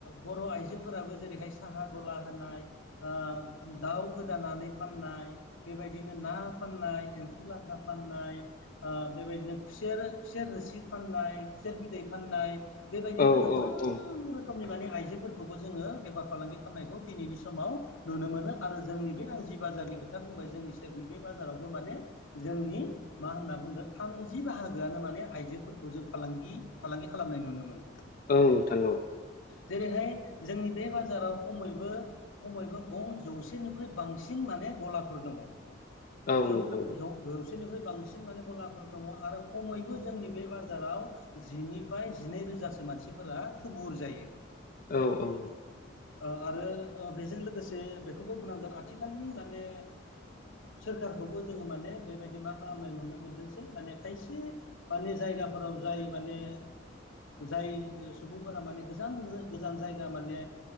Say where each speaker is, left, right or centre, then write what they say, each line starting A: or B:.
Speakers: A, on the left; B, on the left.
A: बर' आइजोफोराबो जेरैहाय साहा गला होनाय ओ ओ दाउ गोदानानै फाननाय बेबायदिनो ना फाननाय एम्फौ लाथा फाननाय नाय ओ बेबायदिनो खुसेर खुसेर रोसि फाननाय खुसेर बिदै फाननाय बेबायदिनो
B: औ
A: गोबां
B: औ औ
A: रो खोमनि माने आइजोफोरखौबो जोङो बेफार फालांगि खालामनायखौ दिनैनि समाव नुनो मोनो आरो जोंनि बे आइ जि बाजारनि खोथा जोंनि सेरनि बे बाजारावबो माने जोंनि मा होनना बुंदों थामजि बाहा गोआनो माने आइजोफोरखौ जों फालांगि फालांगि खालामनाय नुनो मोनो।
B: औ नोंथां औ।
A: जेरैहाय जोंनि बे बाजाराव खमैबो खमैबो गं जौसेनिख्रुइ बांसिन माने गलाफोर दङ।
B: औ
A: जौ
B: नोंथां औ
A: जौ जौसेनिख्रुइ बांसिन माने गलाफोर दङ आरो खमैबो जोंनि बे बाजाराव जिनिफ्राय जिनै रोजासो मानसिफोरा थुबुर जायो।
B: औ औ।
A: आरो बेजों लोगोसे बेखौबो बुंनांगोन आथिखालनि माने सोर खौबो जोङो माने बेबायदि मा खालामनाय नुनो मोनदोंसै माने खायसे माने जायगाफोराव जाय माने जाय सुबुंफोरा माने गोजान गोजान जायगा माने